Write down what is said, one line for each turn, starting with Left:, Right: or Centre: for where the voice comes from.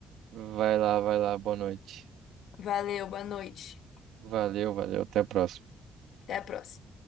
Right: Vai lá, vai lá, boa noite.
Left: Valeu, boa noite.
Right: Valeu, valeu, até a próxima.
Left: Até a próxima.